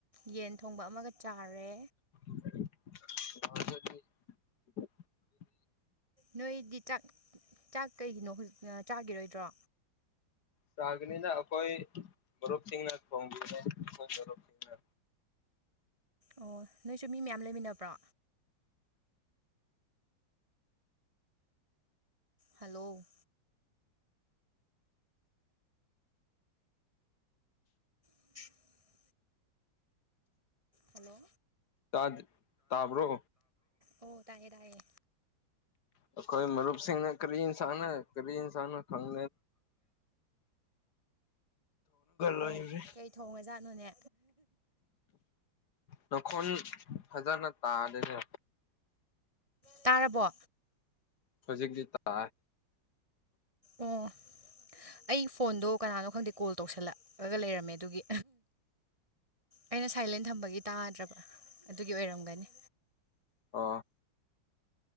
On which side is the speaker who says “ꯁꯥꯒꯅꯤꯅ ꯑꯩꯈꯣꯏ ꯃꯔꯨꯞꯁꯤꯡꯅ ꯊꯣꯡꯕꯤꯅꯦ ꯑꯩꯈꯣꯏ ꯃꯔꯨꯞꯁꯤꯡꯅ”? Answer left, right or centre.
Left